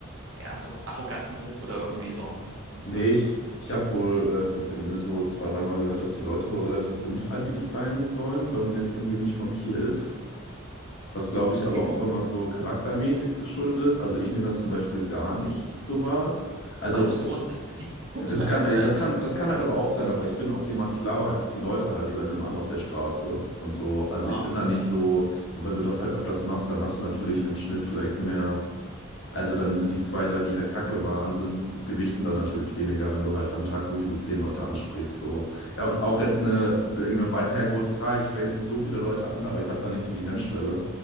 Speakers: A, on the right; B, on the left.
A: ja, so einen arroganten Ruf oder irgendwie so einen, so einen
B: Nee,
A: blöden,
B: ich, ich habe wohl äh, kurz irgendwie so zwei, dreimal gehört, dass die Leute wohl relativ unfreundlich sein sollen, wenn man jetzt irgendwie nicht von hier ist. Was, glaube
A: okay.
B: ich, aber auch immer so charaktermäßig geschuldet ist. Also ich nehme das zum Beispiel gar nicht so wahr. Also
A: weil du es gewohnt bist. <laughs>
B: Das kann, äh,
A: Oder,
B: das kann, das kann halt aber auch sein, aber ich bin auch jemand, ich laber einfach die Leute halt random an auf der Straße und so. Also
A: ah,
B: ich bin da
A: okay.
B: nicht so, und wenn du das halt öfters machst, dann hast du natürlich im Schnitt vielleicht mehr, also dann sind die zwei, drei, die halt Kacke waren, sind gewichten dann natürlich weniger, wenn du halt am Tag sowieso zehn Leute ansprichst. So. Auch, auch jetzt eine, irgendeine weit hergeholte Zahl, ich spreche jetzt nicht so viele Leute an, aber ich habe da nicht so die Hemmschwelle.